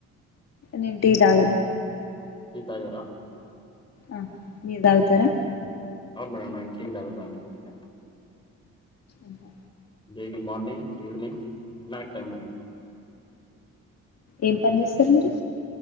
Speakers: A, on the left; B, on the left.
A: నేన్ టీ తాగను.
B: టీ తాగరా.
A: ఆ మీరు తాగుతరా?
B: మ్మ్. అవును మేడం నేను టీ తాగుతాను మేడం.
A: ఇంకా.
B: Daily morning, evening, night time madam.
A: ఏం పని చేస్తరు మీరు?